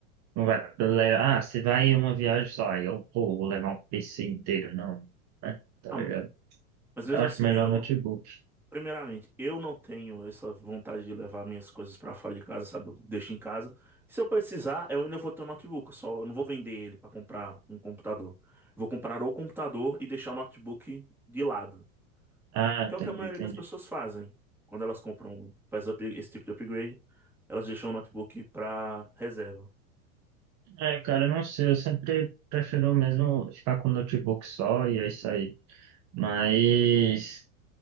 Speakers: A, on the right (about 40°); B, in the centre.
A: não vai levar, ah, você vai em uma viagem só, aí eu, pô, vou levar um PC inteiro, não, né? Tá
B: Ah,
A: ligado?
B: mas mesmo
A: Eu acho
B: assim,
A: melhor
B: eu,
A: notebook.
B: primeiramente, eu não tenho essa vontade de levar minhas coisas pra fora de casa, sabe? Eu deixo em casa. Se eu precisar, eu ainda vou ter um notebook, eu só eu não vou vender ele pra comprar um computador. Vou comprar o computador e deixar o notebook de lado.
A: Ah,
B: Que
A: entendi,
B: é o que a maioria
A: entendi.
B: das pessoas fazem. Quando elas compram, um, faz up- esse tipo de upgrade, elas deixam o notebook para reserva.
A: É, cara, eu não sei, eu sempre prefiro mesmo ficar com notebook só e é isso aí. Mas.